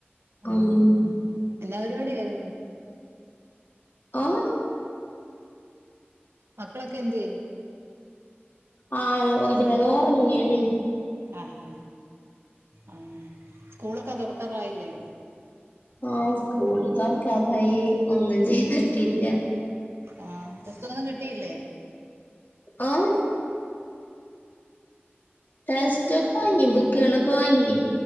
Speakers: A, on the right; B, on the left.
A: ആഹ്
B: ഉം
A: എന്നാ പരിപാടിയായിരുന്നു
B: ഓഹ്
A: മക്കളൊക്കെ എന്തെ
B: ആഹ് ഒരാള് ഒറങ്ങിണ്
A: ആഹ് ഹാ ആഹ് സ്കൂളൊക്കെ തുറക്കാറായില്ലേ
B: ആഹ് സ്കൂള് തൊറക്കാറായി ഒന്നും ചെയ്തിട്ടില്ല
A: ആഹ് പുസ്തകൊന്നും കിട്ടിയില്ലേ
B: ആഹ് ടെസ്റ്റ്ക്കെ വാങ്ങി ബുക്കുകളൊക്കെ വാങ്ങി